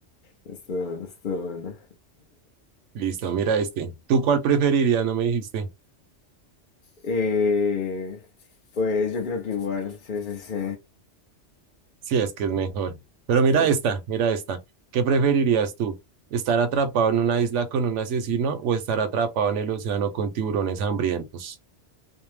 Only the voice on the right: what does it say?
Listo, mira este. ¿Tú cuál preferirías? No me dijiste.
Sí, es que es mejor. Pero mira
esta, mira esta. ¿Qué preferirías tú? ¿Estar atrapado en una isla con un asesino o estar atrapado en el océano con tiburones hambrientos